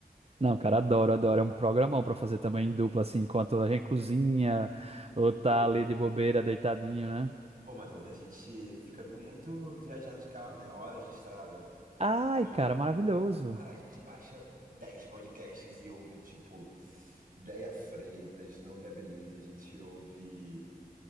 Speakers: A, on the right; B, on the right.
A: Não, cara, adoro, adoro. É um programão pra fazer também em dupla, assim, enquanto a gente cozinha ou tá
B: Pô,
A: ali de bobeira, deitadinho, né?
B: pô, Matheus, a gente fica vi- muito viajando de carro, né? Horas de estrada.
A: Ai,
B: Então
A: cara, maravilhoso.
B: Cara, a gente baixa 10 podcasts e ouve, tipo, Déia Freitas, Não Viabilize. A gente ouve